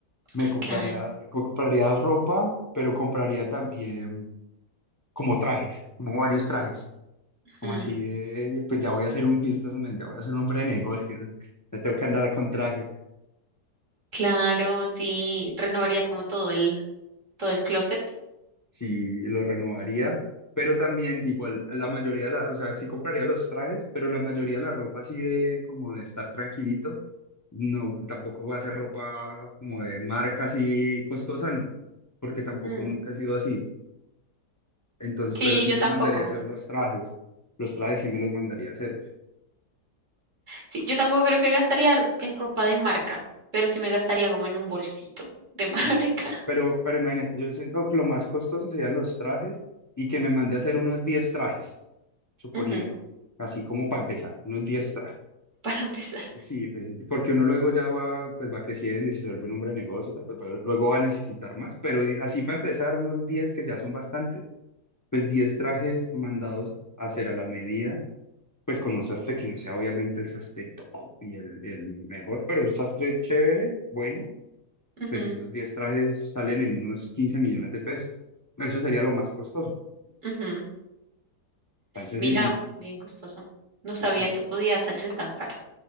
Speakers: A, on the left; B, on the right.
A: me
B: Ay,
A: compraría,
B: claro.
A: co- compraría ropa, pero compraría también como trajes, como varios trajes,
B: Ujú.
A: como así de, pues ya voy a ser un businessman, ya voy a ser un hombre de negocios, ya tengo que andar con traje.
B: Claro, sí, renovarías como todo el, todo el closet.
A: sí lo renovaría, pero también igual la mayoría de la, o sea, sí compraría los trajes, pero la mayoría de la ropa así de como de estar tranquilito, no, tampoco va a ser ropa como de marca así costosa, no, porque tampoco
B: Mm,
A: nunca ha sido así. Entonces,
B: Sí,
A: pero sí
B: yo
A: me
B: tampoco.
A: mandaría a hacer los trajes, los trajes sí me los mandaría a hacer.
B: Sí, yo tampoco creo que gastaría en ropa de marca, pero sí me gastaría como en un bolsito de <laughs> marca.
A: Mm, Pero, pero imagínate, yo siento que lo más costoso serían los trajes y que me mandé a hacer unos 10 trajes, suponiendo,
B: Ujú,
A: así como para empezar, unos 10 trajes.
B: para empezar.
A: Sí, pues, porque uno luego ya va, pues va creciendo y se vuelve un hombre de negocio y tal, pues va- luego va a necesitar más, pero eh, así para empezar, unos 10 que ya son bastantes, pues 10 trajes mandados a hacer a la medida, pues con un sastre que no sea obviamente el sastre top y el, el mejor, pero un sastre chévere, bueno,
B: Ujú,
A: pues esos 10 trajes salen en unos 15 millones de pesos. Eso sería lo más costoso.
B: ujú.
A: Entonces,
B: Mira,
A: y,
B: bien costoso. No sabía
A: y- pero
B: que podía salir tan caro.